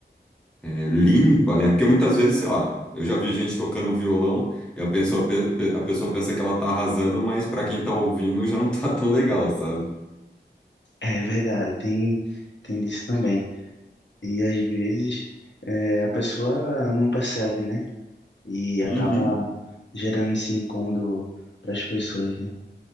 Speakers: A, in the centre; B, on the left.
A: é, limpa, né? Porque muitas vezes, sei lá, eu já vi gente tocando violão e a pessoa, pe- pe- a pessoa pensa que ela tá arrasando, mas para quem tá ouvindo já não tá <laughs> tão legal, sabe?
B: É verdade, tem, tem disso também. E às vezes é, a pessoa não percebe, né? E acaba
A: Uhum.
B: gerando esse incômodo para as pessoas, né?